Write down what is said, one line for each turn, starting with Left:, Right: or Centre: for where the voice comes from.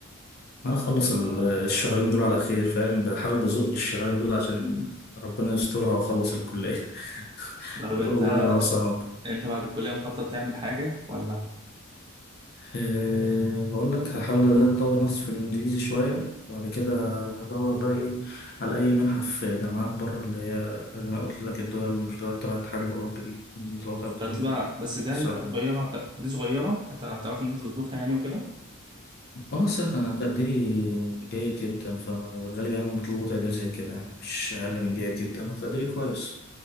Left: انا اخلص ال- الشهرين دول على خير فاهم بحاول بزق الشهرين دول عشان
Right: م- م.
Left: ربنا يسترها واخلص الكلية <laughs>
Right: طب
Left: وده
Right: انت
Left: والله بقى صعب
Right: انت بعد الكلية مخطط تعمل حاجة ولا
Left: أه بقول لك هحاول اطور نفسي في الانجليزي شوية وبعد كده ادور بقى ايه على اي منحة في جامعات بره اللي هي زي ما قلت لك الدول اللي مش دول تبع الاتحاد الاوروبي دي دي طلعتها بتكون
Right: هتبقى بس ده
Left: سهلة
Right: هتبقى صغيرة هت- دي صغيرة هت- هتعرف انت تظبطها يعني وكده
Left: اه سهل انا تقديري جيد جدا فبالغالب يعني انا بطلبه تقدير زي كده يعني مش اقل من جيد جدا انا تقديري كويس